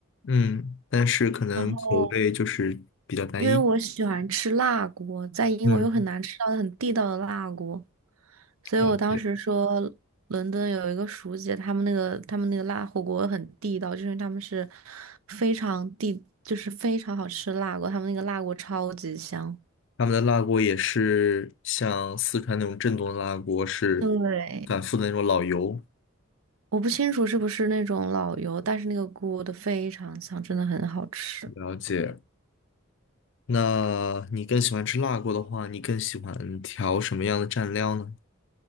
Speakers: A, on the left (about 55°); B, on the right (about 70°).
A: 嗯，但是可能口味就是比较单一。
B: 然后，因为我喜欢吃辣锅，在英国又很难吃到很地道的辣锅，
A: 嗯，
B: 所以我当时说伦敦有一个熟姐，
A: 了解。
B: 他们那个他们那个辣火锅很地道，就是他们是非常地，就是非常好吃的辣锅，他们那个辣锅超级香。
A: 他们的辣锅也是像四川那种正宗的辣锅，是
B: 对，
A: 反复的那种老油。
B: 我不清楚是不是那种老油，但是那个锅的非常香，真的很好吃。
A: 了解。那你更喜欢吃辣锅的话，你更喜欢调什么样的蘸料呢？